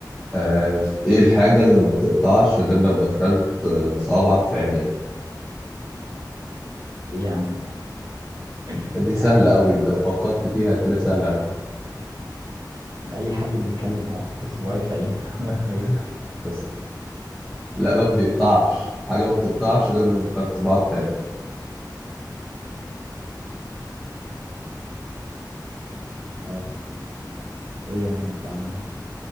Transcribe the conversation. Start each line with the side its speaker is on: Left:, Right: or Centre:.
Centre: آه، ايه الحاجه اللي ما بتقطعش غير لو دخلت آه، صابعك في عينيك
Right: إيه يا عم <laughs>
Centre: دي سهلة أوي أنت لو فكرت فيها كده سهلة أوي
Right: أي حد بيتكلم لو حطيت صباعي في عينه <laughs> هيسكت
Centre: <laughs> بس لا ما بيقطعش حاجة ما بتقطعش غير لو دخلت صباعك تاني
Right: مش عارف إيه يا عم الحوار ده